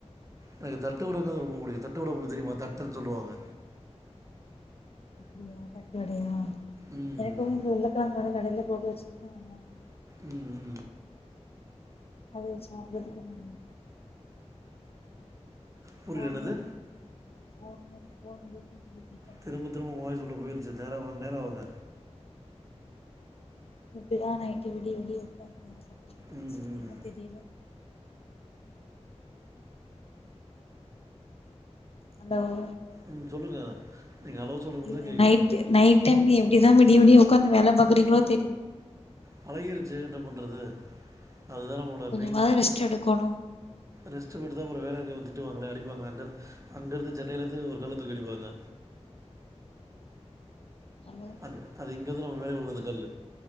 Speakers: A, on the right (about 25°); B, on the left (about 60°).
A: எனக்கு தட்டுவடனா ரொம்ப புடிக்கு தட்டுவட உங்ளுக் தெரிமா தட்டன் சொல்லுவாங்க
B: அப்டியா தட்டுவடையா
A: ம்
B: எனக்கு இந்த உர்ளக்கிழங்கோட கடைல போட்டு வச்சிர்ந்தாங்கள
A: ம் ம்
B: அது வச் சாப்புறதுக்கு நல்லாரு
A: புரியல
B: ஃபோன்
A: என்னது
B: வேணு ஃபோன் வேணு ஃபோன் வேணுன் சொல்லி தி
A: திரும்ப திரும்ப உங்க வாய்ஸ் உள்ள போய்ர்ச்சு நேரா வாங்க நேரா வாங்க
B: எப்டிதா நைட்டு விடிய விடிய உக்காந்து வேலபாக்குறீங்ளோ எனக்
A: ம்
B: சத்தியமா
A: ம்
B: தெரில அந்த ஓ
A: ம் சொல்லுங்க நீங்க ஹலோ சொல்றது மட்டுந்தா
B: இல்ல
A: கேக்குது
B: நைட் டைம் நைட் டைம்ல எப்டிதா விடிய விடிய ஒக்காந்து வேல பாக்குறீங்ளோ தெரில
A: பழகிருச்சு என்ன பண்றது அதுதா நம்மளோட
B: கொஞ்சமாவது
A: மெய்ன்
B: ரெஸ்ட் எடுக்கணு
A: ரெஸ்ட்டு போட்டுதா அப்புறோ வேல இருக்கு திட்டுவாங்களே அடிப்பாங்களே அங்கரு அங்கருந்து சென்னைல இருந்து ஒரு கல்ல தூக்கி அடிப்பாங்க
B: ஹலோ
A: அது அது இங்க வந்து நம்ம மேலே உழுகு அந்த கல்லு